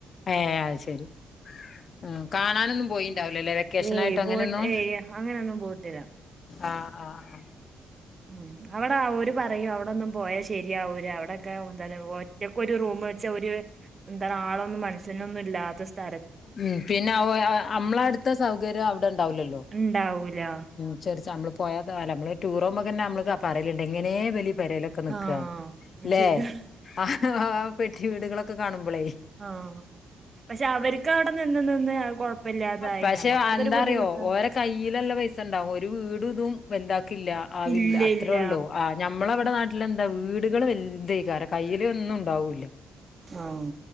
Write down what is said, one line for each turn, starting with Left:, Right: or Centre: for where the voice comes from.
Left: ഏഹ് അത് ശരി ഉം കാണാനൊന്നും പോയിണ്ടാവുലല്ലെ വെ ക്കെഷനായിട്ട്
Right: ഏയ്
Left: അങ്ങനെന്നും
Right: പോയിട്ട് ഏയ് അങ്ങനെയൊന്നും പോയിട്ടില്ല
Left: ആഹ് ആഹ് ആഹ്
Right: ഉം അവടെ ഓര് പറയും അവടെന്നും പോയാ ശരിയാവുല അവടെ <unintelligible> ഒറ്റക്ക് ഒരു റൂം വെച്ച് ഒരു എന്താണ് ആളൊന്നും മൻസനൊന്നും ഇല്ലാത്ത സ്ഥല
Left: ഉം പിന്നെ നമ്മള അട്ത്ത സൗകര്യം അഒടെ ണ്ടാവുലല്ലോ.
Right: ണ്ടാവൂല
Left: <unintelligible> പോയ കാലം നമ്മള് റ്റൂറ് പോവുമ്പോ തന്നെ നമ്മള്ത് പറ്യല്ണ്ട് എങ്ങനെ ഇവല് പെരേല് ക്കെ നിക്ക
Right: ആഹ് അത്
Left: ല്ലേ
Right: ശരിയാണ്
Left: ആഹ് ആഹ് പെട്ടി വീടുകളൊക്കെ കാണുമ്പളേ
Right: ആഹ് പക്ഷെ അവർക്കാ അവടെ നിന്ന് നിന്ന് അഹ് കൊഴപ്പല്ലാതായി
Left: പക്ഷെ
Right: നമ്മക്ക് അതൊരു
Left: എന്താറിയോ
Right: ബുദ്ധിമുട്ടാ.
Left: ഓരെ കയ്യിലല്ല പൈസ ണ്ടാവും ഒരു വീടും ഇതും വലുതാക്കില്ല അഹ്
Right: ഇല്ല
Left: ല്ല അത്രള്ളൂ
Right: ഇല്ല
Left: ആ ഞമ്മളവടെ നാട്ടില ന്താ വീടുകള് വെൽതേക്കാരം കയ്യിൽ ഒന്നും ണ്ടാവൂല്ല.
Right: ആഹ്